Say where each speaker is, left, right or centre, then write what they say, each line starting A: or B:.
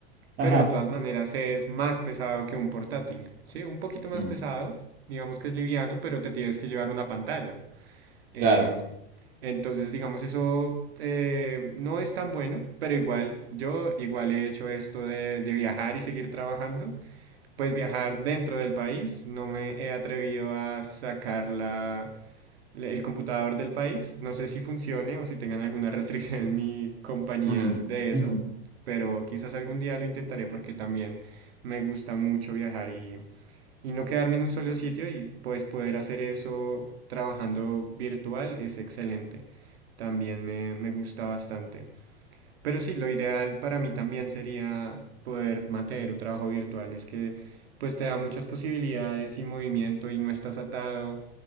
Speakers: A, on the right (about 30°); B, on the right (about 75°).
A: Ajá,
B: pero de todas maneras es más pesado que un portátil, ¿sí? Un poquito más
A: mm,
B: pesado, digamos que es liviano, pero te tienes que llevar una pantalla. Em,
A: claro.
B: entonces, digamos, eso eh, no es tan bueno, pero igual yo igual he hecho esto de, de viajar y seguir trabajando. Pues viajar dentro del país, no me he atrevido a sacar la, le- el computador del país. No sé si funcione o si tengan alguna <laughs> restricción en mi compañía
A: Mm,
B: de
A: ujú,
B: eso, pero quizás algún día lo intentaré porque también me gusta mucho viajar y, y no quedarme en un solo sitio y pues poder hacer eso trabajando virtual es excelente. También me, me gusta bastante. Pero sí, lo ideal para mí también sería poder mantener un trabajo virtual. Es que pues te da muchas posibilidades y movimiento y no estás atado